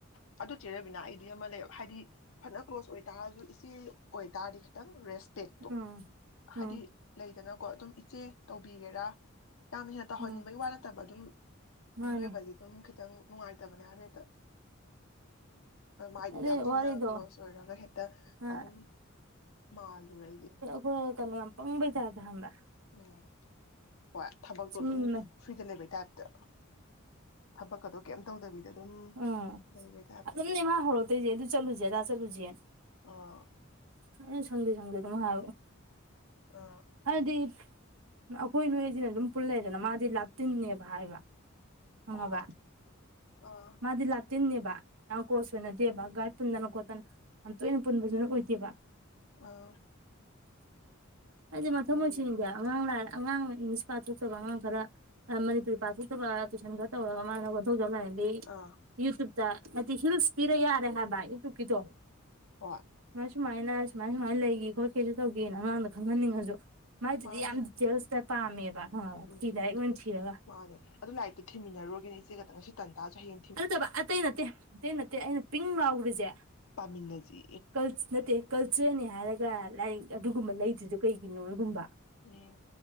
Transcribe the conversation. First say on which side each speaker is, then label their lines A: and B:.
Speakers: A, on the left (about 75°); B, on the right (about 90°).
A: ꯑꯗꯨꯝ ꯑꯗꯨ ꯆꯦꯔꯕꯤꯅꯥ ꯑꯩꯗꯤ ꯑꯃ ꯂꯩꯕ ꯍꯥꯏꯗꯤ ꯐꯅ ꯀ꯭ꯂꯣꯁ ꯑꯣꯏꯇꯥꯔꯁꯨ ꯏꯆꯦ ꯑꯣꯏꯇꯥꯔꯗꯤ ꯈꯤꯇꯪ ꯔꯦꯁ ꯇꯦꯛꯇꯣ
B: ꯎꯝ ꯎꯝ
A: ꯍꯥꯏꯗꯤ ꯂꯩꯗꯅꯀꯣ ꯑꯗꯨꯝ ꯏꯆꯦ ꯇꯧꯕꯤꯒꯦꯔꯥ ꯌꯥꯝ ꯍꯦꯟꯅ ꯇꯧꯍꯟꯅꯤꯡꯕꯒꯤ
B: ꯎꯝ
A: ꯋꯥ ꯅꯠꯇꯕ ꯑꯗꯨꯝ
B: ꯃꯥꯅꯦ
A: ꯃꯤꯑꯣꯏꯕ ꯑꯗꯨꯝ ꯈꯤꯇꯪ ꯅꯨꯡꯉꯥꯏꯇꯕꯅꯦ ꯍꯥꯏꯐꯦꯠꯇ ꯃꯥꯏꯗꯨꯗꯤ
B: ꯑꯗꯨꯏ
A: ꯌꯥꯝ ꯊꯤꯅ
B: ꯋꯥꯔꯤꯗꯣ
A: ꯀ꯭ꯂꯣꯁ ꯑꯣꯏꯔꯒ ꯍꯦꯛꯇ
B: ꯑꯁ
A: ꯑꯗꯨꯝ ꯃꯥꯜꯂꯨꯔꯦ ꯑꯩꯗꯤ
B: ꯍ ꯀꯄꯪꯕ ꯊꯗ ꯍ
A: ꯎꯝ ꯍꯣꯏ ꯊꯕꯛꯇꯣ
B: ꯁꯨꯝ
A: ꯑꯗꯨꯝ ꯁ꯭ꯨꯗ ꯂꯩꯕꯩ ꯇꯥꯏꯞꯇ ꯊꯕꯛꯀꯗꯣ ꯀꯩꯝ ꯇꯧꯗꯕꯤꯗ ꯑꯗꯨꯝ
B: ꯎꯝ
A: ꯂꯩꯕꯩ ꯇꯥꯏꯞꯇ
B: ꯑꯗꯨꯝꯅꯦꯃꯥ ꯍꯧꯔꯛꯇꯣꯏꯁꯦ ꯑꯗꯨ ꯆꯠꯂꯨꯁꯦ ꯑꯗꯥ ꯆꯠꯂꯨꯁꯦꯅ
A: ꯑ
B: ꯑꯦ ꯁꯟꯗꯤ ꯁꯟꯗꯤꯗ ꯃꯍ
A: ꯑ
B: ꯍꯥꯏꯕꯗꯤ ꯑꯩꯈꯣꯏ ꯅꯣꯏꯁꯤꯅ ꯑꯗꯨꯝ ꯄꯨꯜꯂꯗꯅ ꯃꯥꯗꯤ ꯂꯥꯞꯇꯤꯟꯅꯦꯕ ꯍꯥꯏꯕ ꯈꯪꯉꯕ
A: ꯑꯣ ꯑ
B: ꯃꯥꯗꯤ ꯂꯥꯛꯇꯤꯟꯅꯤꯦꯕ ꯌꯥꯝ ꯀꯣꯁ ꯑꯣꯏꯅꯗꯦꯕ ꯄꯨꯟꯗꯅ ꯈꯣꯠꯇꯅ ꯌꯥꯝ ꯇꯣꯏꯅ ꯄꯨꯟꯕꯁꯨꯅ ꯑꯣꯏꯗꯦꯕ
A: ꯑꯥ
B: ꯍꯥꯏꯗꯤ ꯃꯊꯪ
A: ꯑꯗꯨꯅꯦ
B: ꯑꯣꯏꯣꯏꯁꯤꯡꯗꯦ ꯑꯉꯥꯡ ꯂ ꯑꯉꯥꯡ ꯏꯪꯂꯤꯁ ꯄꯥꯊꯣꯛꯆꯕ ꯑꯉꯥꯡ ꯈꯔ ꯃꯅꯤꯄꯨꯔꯤ ꯄꯥꯊꯣꯛꯆꯕ ꯇꯨꯏꯁꯟ ꯈꯔ ꯇꯧꯔꯒ ꯃꯥꯅ ꯑꯣꯊꯧꯖ ꯂꯥꯏꯔꯟꯕꯤ
A: ꯑꯥ
B: ꯌꯨꯇ꯭ꯨꯞꯇ ꯍꯥꯏꯗꯤ ꯍꯤꯜꯁ ꯄꯤꯔ ꯌꯥꯔꯦ ꯍꯥꯏꯕ ꯌꯨꯇꯨꯕꯀꯤꯗꯣ
A: ꯑꯣ
B: ꯃ ꯁꯨꯃꯥꯏꯅ ꯁꯨꯃꯥꯏ ꯁꯨꯃꯥꯏꯅ ꯂꯩꯒꯦ ꯈꯣꯠꯀꯦꯁꯨ ꯇꯧꯒꯦꯅ ꯑꯉꯥꯡꯗ ꯈꯪꯍꯟꯅꯤꯡꯉꯁꯨ ꯃꯥꯏꯗꯨꯗꯤ
A: ꯃꯥꯅꯦ
B: ꯌꯥꯝ ꯗꯤꯇꯦꯜꯁꯇ ꯄꯥꯝꯃꯦꯕ ꯍ
A: ꯎꯝ
B: ꯊꯤ ꯂꯥꯏꯔꯤꯛ ꯂ ꯊꯤꯔꯒ
A: ꯃꯥꯅꯦ ꯑꯗꯨ ꯂꯥꯏꯔꯤꯛꯇ ꯊꯤꯃꯤꯟꯅꯔꯒꯅꯤ ꯏꯆꯦꯛꯇ ꯉ ꯑꯁꯤ ꯇꯟꯇꯥꯖꯁꯨ ꯍꯌꯦ
B: ꯑ ꯆꯕ ꯑꯇꯩ ꯅꯠꯇꯦ ꯑꯇꯩ ꯅꯠꯇꯦ ꯑꯩꯅ ꯄꯤꯡ ꯂꯥꯎꯈꯔꯤꯁꯦ
A: ꯄꯥꯃꯤꯟꯅꯁꯤ
B: ꯜ ꯅꯠꯇꯦ ꯀꯜꯆꯔꯅꯦ ꯍꯥꯏꯔꯒ ꯂꯥꯏꯔꯤꯛ ꯑꯗꯨꯒꯨꯝꯕ ꯂꯩꯗ꯭ꯗꯤ ꯀꯩꯒꯤꯅꯣ ꯑꯗꯨꯒꯒꯨꯝꯕ
A: ꯑꯣ